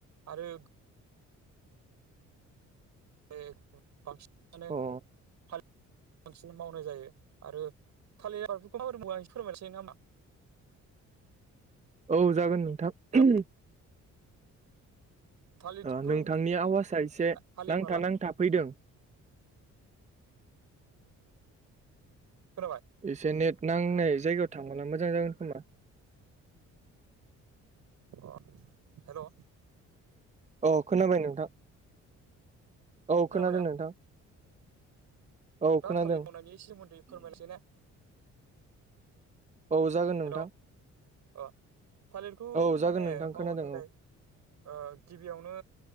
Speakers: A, on the right (about 65°); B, on the right (about 25°).
A: आरो बे बांसिनानो
B: अ
A: थालिर आबादखौनो बांसिन मावनाय जायो आरो थालिर आबादफोरखौ मा बोरै मावो आं एसे फोरमायनोसै नामा?
B: औ जागोन नोंथां।
A: हेलौ थालिरखौ
B: नोंथांनि आवाजआ एसे
A: हालेवना
B: नांथा
A: ला
B: नांथा फैदों
A: खोनाबाय?
B: एसे नेट नांनाय जायगायाव थांबोला मोजां जागोन खोमा
A: अ हेल'
B: औ खोनाबाय नोंथां औ
A: खोनाबाय
B: खोनादों
A: ना
B: नोंथां। औ
A: दा
B: खोनादों
A: थालिर मावनायनि सोमोन्दै फोरमायनोसै ने
B: औ जागोन नोंथां
A: हेल' अ थालिरखौ
B: औ जागोन
A: माने
B: नोंथां
A: मावनो
B: खोनादों
A: थाखाय
B: औ
A: ओ गिबियावनो